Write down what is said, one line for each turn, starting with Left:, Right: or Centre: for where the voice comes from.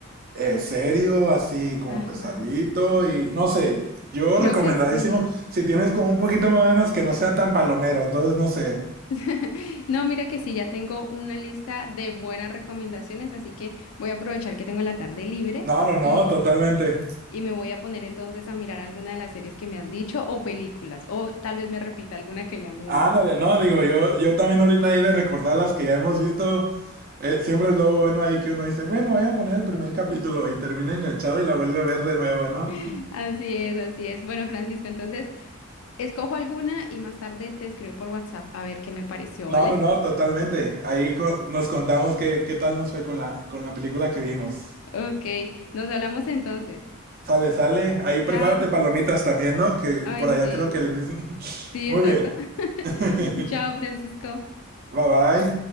Right: eh, serio, así como
Left: Ajá.
Right: pesadito y no sé, yo
Left: Creo
Right: recomendadísimo,
Left: que sí.
Right: si tienes como un poquito más de ganas que no sea tan palomero, entonces no sé.
Left: <laughs> No, mira que sí, ya tengo una lista de buenas recomendaciones, así que voy a aprovechar que tengo la tarde libre
Right: No, no, no,
Left: y,
Right: totalmente.
Left: y me voy a poner entonces a mirar alguna de las series que me has dicho o películas, o tal vez me repita alguna que ya me
Right: Ándale,
Left: vi.
Right: no, digo, yo, yo también ahorita ahí de recordar las que ya hemos visto, eh, siempre es lo bueno ahí que uno dice, bueno, voy a poner el primer capítulo y termina enganchado y la vuelve a ver de nuevo, ¿no?
Left: <laughs> Así es, así es. Bueno, Francisco, entonces Escojo alguna y más tarde te escribo por WhatsApp a ver qué me pareció,
Right: No,
Left: ¿vale?
Right: no, no, totalmente. Ahí co- nos contamos qué, qué tal nos fue con la, con la película que vimos.
Left: Ok, nos hablamos entonces.
Right: Sale, sale. Ahí prepárate
Left: Chao.
Right: palomitas también, ¿no? Que
Left: Ay,
Right: por allá
Left: sí.
Right: creo que les dicen. <laughs>
Left: Sí,
Right: Muy
Left: exacto.
Right: bien.
Left: <laughs>
Right: <laughs>
Left: Chao, Francisco.
Right: Bye bye.